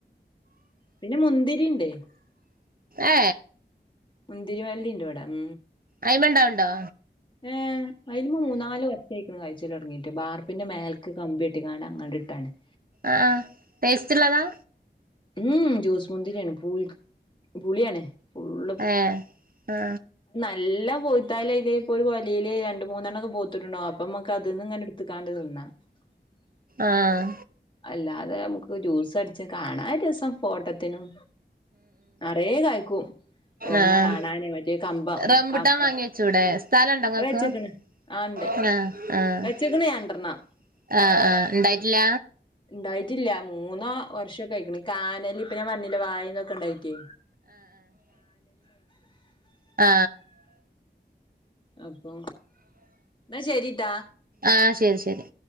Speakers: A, on the left; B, on the right.
A: പിന്നെ മുന്തിരിണ്ട്
B: ഏ
A: മുന്തിരിവള്ളിണ്ട് ഇവേടെ ഉം
B: അയ്മണ്ടാവ്ണ്ടോ
A: ഏ അയിമ മൂന്നാല് വെട്ടായിക്ക്ണ് കാ ച്ചലോടെങ്ങി വാർപ്പിൻ്റെ മേൽക്ക് കമ്പി <unintelligible>
B: ആ ആ ടേസ്റ്റ്ള്ളതാ
A: ഉം ജ്യൂസ്മുന്തിരിയാണ് <unintelligible> പുളിയാണ് ഫുൾ
B: ആ ആ
A: <unintelligible>
B: ആഹ്
A: അല്ലാതെ നമുക്ക് ജ്യൂസ് അടിച്ച് കാണാ രസം ഫോട്ടത്തിനും നിറയെ കായ്ക്കും ഓഹ് ഇങ്ങനെ
B: ആഹ
A: കാണാന് മറ്റേ കമ്പം
B: റംബുട്ടാൻ
A: കം
B: വാങ്ങി വെച്ചൂടെ സ്ഥലണ്ടോങ്ങക്ക്
A: അത് വെച്ച്ക്ക്ണ് ആഹ് ഇണ്ട്
B: ആഹ ആഹ ആഹ
A: വെച്ച്ക്ക്ണ് രണ്ടെണ്ണം
B: ആഹ ഉണ്ടായിട്ടില്ല
A: ണ്ടായി <unintelligible> മൂന്നോ, വർഷക്കയിക്കണ് <unintelligible> <unintelligible> വായിന്നൊക്കെ ഉണ്ടായിട്ടേ
B: ആ
A: അപ്പൊ എന്നാ ശരിട്ടാ
B: ആഹ് ശരി ശരി